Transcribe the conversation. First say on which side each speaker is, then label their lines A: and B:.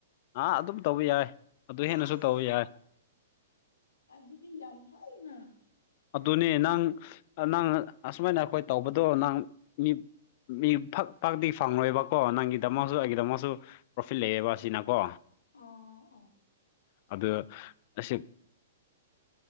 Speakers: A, on the left; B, on the left.
A: ꯑꯥ ꯑꯗꯨꯝ ꯇꯧꯕ ꯌꯥꯏ ꯑꯗꯨ ꯍꯦꯟꯅꯁꯨ
B: ꯑꯁ
A: ꯇꯧꯕ ꯌꯥꯏ
B: ꯑꯗꯨꯗꯤ ꯌꯥꯝꯝ ꯐꯥꯏꯅ
A: ꯑꯗꯨꯅꯦ ꯅꯪ ꯅꯪ ꯑꯁꯨꯃꯥꯏꯅ ꯑꯩꯈꯣꯏ ꯇꯧꯕꯗꯣ ꯅꯪ ꯃꯤ ꯃꯤ ꯐꯛ ꯐꯛꯇꯤ ꯐꯪꯂꯣꯏꯕꯀꯣ ꯅꯪꯒꯤꯗꯃꯛꯁꯨ ꯑꯩꯒꯤꯗꯃꯛꯃꯁꯨ ꯄ꯭ꯔꯣꯐꯤꯠ ꯂꯩꯑꯕ ꯑꯁꯤꯅꯀꯣ
B: ꯑꯣ ꯑꯣ
A: ꯑꯗ ꯑꯁꯤꯁꯦ